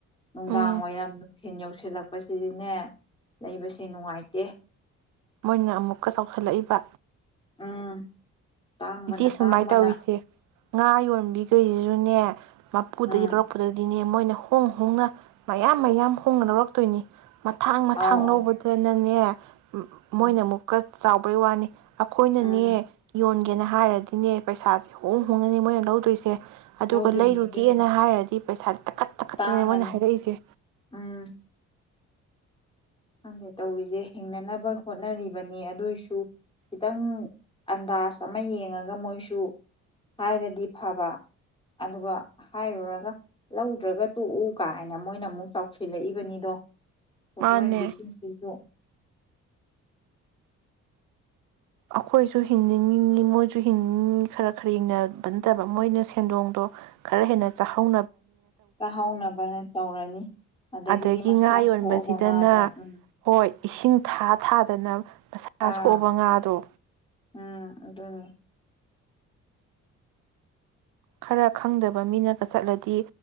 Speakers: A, on the left; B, on the right.
A: ꯅꯨꯡꯗꯥꯡ
B: ꯎꯝ
A: ꯋꯥꯏꯔꯝ ꯅꯨꯡꯊꯤꯟ ꯌꯧꯁꯤꯜꯂꯛꯄꯁꯤꯅꯦ ꯂꯩꯕꯁꯦ ꯅꯨꯡꯉꯥꯏꯇꯦ
B: ꯃꯣꯏꯅ ꯑꯃꯨꯛꯀ ꯆꯥꯎꯁꯤꯜꯂꯛꯏꯕ
A: ꯎꯝ ꯇꯥꯡꯕꯅ
B: ꯏꯆꯦ ꯁꯨꯃꯥꯏꯅ
A: ꯇꯥꯡꯕꯅ
B: ꯇꯧꯔꯤꯁꯦ ꯉꯥ ꯌꯣꯟꯕꯤꯈꯩꯁꯨꯅꯦ ꯃꯄꯨꯗꯒꯤ
A: ꯎꯝ
B: ꯂꯧꯔꯛꯄꯗꯗꯤꯅꯦ ꯃꯣꯏꯅ ꯍꯣꯡ ꯍꯣꯡꯅ ꯃꯌꯥꯝ ꯃꯌꯥꯝ ꯍꯣꯡꯅ ꯂꯧꯔꯛꯇꯣꯏꯅꯤ ꯃꯊꯥꯡ ꯃꯊꯥꯡ
A: ꯑꯧ ꯑꯧ
B: ꯂꯧꯕꯗꯨꯅꯅꯦ <inaudible>
A: ꯎꯝ
B: ꯃꯣꯏꯅ ꯑꯃꯨꯛꯀ ꯆꯥꯎꯕꯩ ꯋꯥꯅꯤ ꯑꯩꯈꯣꯏꯅꯅꯦ
A: ꯎꯝ
B: ꯌꯣꯟ ꯍꯥꯏꯔꯗꯤꯅꯦ ꯄꯩꯁꯥꯁꯦ ꯍꯣꯡ ꯍꯣꯡꯉꯅꯤ ꯃꯣꯏꯅ ꯂꯧꯗꯣꯏꯁꯦ ꯑꯗꯨꯒ
A: ꯂꯧꯗꯣꯏꯅꯤ
B: ꯂꯩꯔꯨꯒꯦꯅ
A: ꯑꯗꯨꯅꯤ
B: ꯍꯥꯏꯔꯗꯤ ꯩꯄꯩꯁ ꯇꯥꯈꯠ ꯇꯥꯈꯠꯇꯅꯤ
A: ꯇꯥꯡꯉꯅꯤ
B: ꯃꯣꯏꯅ ꯍꯥꯏꯔꯛꯏꯁꯦ
A: ꯎꯝ ꯈꯪꯗꯦ ꯇꯧꯔꯤꯁꯦ ꯍꯤꯡꯅꯅꯕ ꯍꯣꯠꯅꯔꯤꯕꯅꯤ ꯑꯗꯨꯏꯁꯨ ꯈꯤꯇꯪ ꯑꯟꯗꯥꯖ ꯑꯃ ꯌꯦꯡꯉꯒ ꯃꯣꯏꯁꯨ ꯍꯥꯏꯔꯗꯤ ꯐꯕ ꯑꯗꯨꯒ ꯍꯥꯏꯔꯨꯔꯒ ꯂꯧꯗ꯭ꯔꯒ ꯇꯣꯛꯎ ꯀꯥꯏꯅ ꯃꯣꯏꯅ ꯑꯃꯨꯛ ꯆꯥꯎꯁꯤꯜꯂꯛꯏꯕꯅꯤꯗꯣ ꯃꯤꯔꯣꯟꯕꯤꯁꯤꯡꯁꯤꯁꯨ
B: ꯃꯥꯅꯦ ꯑꯩꯈꯣꯏꯁꯨ ꯍꯤꯡꯅꯤꯡꯉꯤꯅꯤ ꯃꯣꯏꯁꯨ ꯍꯤꯡꯅꯤꯡꯉꯤꯅꯤ ꯈꯔ ꯈꯔ ꯍꯤꯡꯅꯕ ꯅꯠꯇꯕ ꯃꯣꯏꯅ ꯁꯦꯟꯗꯣꯡꯗꯣ ꯈꯔ ꯍꯦꯟꯅ ꯆꯥꯍꯧ
A: ꯆꯥꯍꯧꯅꯕꯅ ꯇꯧꯔꯅꯤ ꯑꯗꯒꯤꯗꯤ
B: ꯑꯗꯒꯤ
A: ꯃꯁꯥ
B: ꯉꯥ ꯌꯣꯟꯕꯁꯤꯗꯅ
A: ꯁꯣꯛꯑꯕ ꯉꯥꯗꯣ ꯎꯝ
B: ꯍꯣꯏ ꯏꯁꯤꯡ ꯊꯥ ꯊꯥꯗꯅ ꯃꯁꯥ
A: ꯑꯥ
B: ꯊꯣꯛꯑꯕ ꯉꯥꯗꯨ
A: ꯎꯝ ꯑꯗꯨꯅꯤ
B: ꯈꯔ ꯈꯪꯗꯕ ꯃꯤꯅꯒ ꯆꯠꯂꯗꯤ